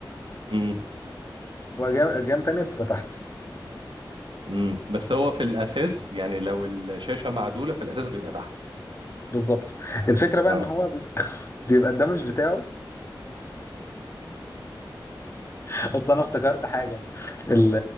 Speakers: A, on the right; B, on the left.
A: م.
B: وجام تانية بتبقى تحت
A: امم بس هو في الاساس يعني لو الشاشه معدوله في الاساس بيبقى تحت
B: بالظبط الفكرة بقى
A: اه
B: ان هو بيبقى <laughs> بيبقى الدمج بتاعه <laughs> اصل انا افتكرت حاجة ال-